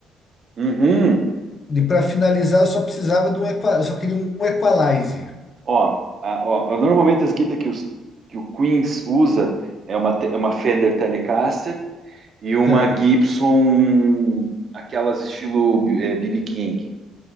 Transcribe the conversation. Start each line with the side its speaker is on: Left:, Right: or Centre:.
Right: Uhum.
Left: E para finalizar, eu só precisava de um equa... eu só queria um equalizer,
Right: Ó, a- ó, normalmente as guitas que, os, que o Queens usa é uma, te- é uma Fender Telecaster e uma
Left: certo?
Right: Gibson, aquelas estilo B- eh, BB King,